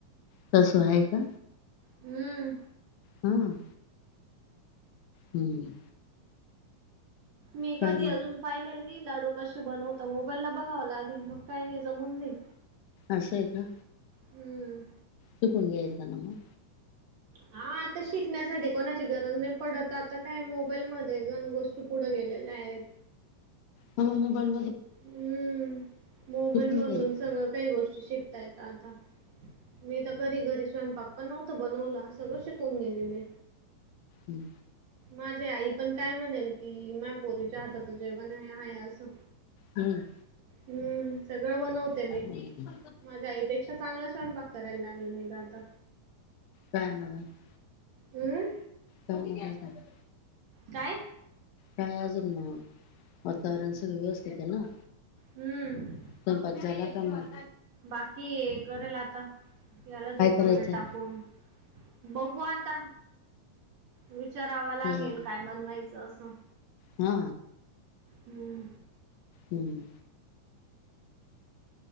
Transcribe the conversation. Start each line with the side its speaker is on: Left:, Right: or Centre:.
Left: सासु आहे का?
Right: हम्म
Left: हां हम्म
Right: मी
Left: काय
Right: कधी
Left: मग
Right: अजून पाहिलेल नाही लाडू कसे बनवता मोबाईल ला बघावं लागेल मग काय नाही जमून जाईल.
Left: असंय का
Right: हम्म
Left: चिकून घ्यायचं ना मग.
Right: हा आता शिकण्यासाठी कोणाची गरज नाही पडत आता काय मोबाईल मध्ये गन गोष्टी पुढे गेलेल्या आहेत.
Left: <unintelligible> बल
Right: हम्म मोबाईल
Left: शिकून
Right: मधून
Left: घ्यायचं
Right: सगळं काही गोष्टी शिक य आता मी तर कधी घरी स्वयंपाक पण नव्हता बनवला. सगळं शिकवून गेली मी
Left: हम्म
Right: माझी आई पण काय म्हणेल. की माझ्या पोरीचा हाताच जेवण आहे असं.
Left: हम्म
Right: हम्म सगळं बनवते मी
Left: हम्म.
Right: माझ्या आईपेक्षा अ चांगला स्वयंपाक करायला लागले मी आता.
Left: काय म <unintelligible>
Right: हमं
Left: <unintelligible>
Right: काय?
Left: काय अजून मग वातावरण सगळ व्यवस्थित आहे ना
Right: हम्म.
Left: स्वयंपाक झाला का मग?
Right: बाकी करेल आता याला झोक्यामध्ये
Left: काय करायचंय
Right: टाकून. बघू आता विचाराव लागेल
Left: हम्म
Right: काय बनवायचं असं?
Left: हा
Right: हम्म.
Left: हम्म